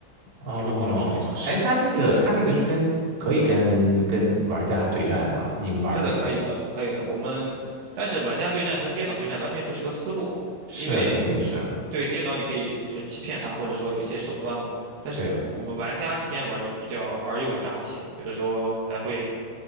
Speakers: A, on the right; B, on the right.
A: 哦，
B: 就这五种胜利方式。
A: 这哎，他那个他那个是跟可以跟跟玩家对战吗？你们玩的时候
B: 是的，可以的，可以的。我们但是玩家对战跟电脑对战完全不是个思路，
A: 是啊肯定是啊，
B: 因为对电脑你可以就是欺骗他，或者说有一些手段嘛。但是我们玩家之间玩就比较尔虞我诈一些，
A: 对啊，
B: 有的时候还会